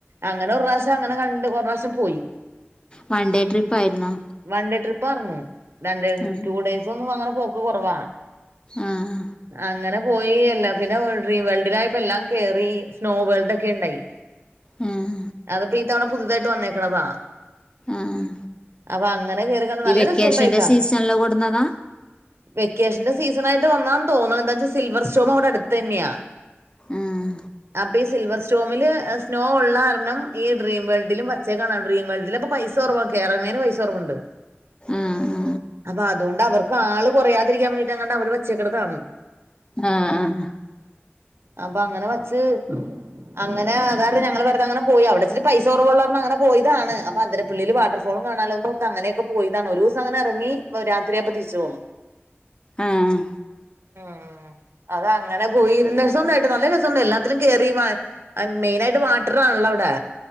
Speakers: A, on the right; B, on the left.
A: അങ്ങനെ ഒർ റാശ്യം അങ്ങനെ കണ്ട് പ്പൊ ഒറാശ്യം പോയി
B: വൺ ഡേ ട്രിപ്പ് ആയിരുന്നോ
A: വൺ ഡേ ട്രിപ്പ് ആർന്നു രണ്ട്
B: ആഹ്
A: ടു ഡേയ്സ് ഒന്നും അങ്ങനെ പോക്ക് കുറവാ
B: ആഹ്
A: അങ്ങനെ പോയി എല്ലാപിന്നെവ് ഡ്രീ വേൾഡിലായപ്പോ എല്ലാം കേറി സ്നോ വേൾഡ് ഒക്കെ ഇണ്ടായി
B: അഹ് ആഹ്
A: അതൊക്കെ ഈ തവണ പുതുയതായിട്ട് വന്നേക്ക്ണതാ
B: ആഹ്
A: അപ്പൊ അങ്ങനെ കേറി കണ്ട് നല്ല
B: ഈ വെക്കേഷന്റെ
A: രെസൊവുണ്ടായിട്ടാ
B: സീസണില് കൊടുന്നതാ
A: വെക്കേഷന്റെ സീസണായിട്ട് വന്നാന്ന് തോന്ന്ണ് എന്താച്ചാ സിൽവർ സ്റ്റോംഇവ്ടെ അടത്തെന്നെയാ
B: ആഹ്
A: അപ്പൊ ഈ സിൽവർ സ്റ്റോമില് സ്നോ ഉള്ള കാരണം ഈ ഡ്രീം വേൾഡിലും വച്ചേക്കാണ് ഡ്രീം വേൾഡിൽ അപ്പ പൈസ സൊറവാ കേറണ്ണേന് പൈസ കൊറവ്ണ്ട്
B: ആഹ്
A: അപ്പൊ അതുകൊണ്ട് അവർക്ക് ആള് കൊറയാതിരിക്കാൻ വേണ്ടീട്ട് അങ്ങണ്ട് അവര് വച്ചേക്ക്ണത്താണ്
B: ആഹ് ആഹ്
A: അപ്പൊ അങ്ങനെ വച്ച് അങ്ങനെ അതാരണം ഞങ്ങള് വെറ്തെ അങ്ങനെ പോയി അവിടെച്ചിരി പൈസ കുറവ്ള്ളാരണം അങ്ങനെ പോയിതാണ് അപ്പ അതിരപിള്ളിയില് വാട്ടർഫോളും കാണാലോന്നോർത്ത് അങ്ങനെയൊക്കെ പോയിതാണ് ഒരൂസം അങ്ങനെ ഇറങ്ങി രാത്രിയായപ്പൊ തിരിച്ചു പോന്നു
B: ആഹ്
A: ആഹ് അതങ്ങനെ പോയിരുന്നേസം നല്ല രസവൊണ്ട് എല്ലാത്തിലും കേറി മെയിനായിട്ട് വാട്ടറാണല്ലോ അവിടെ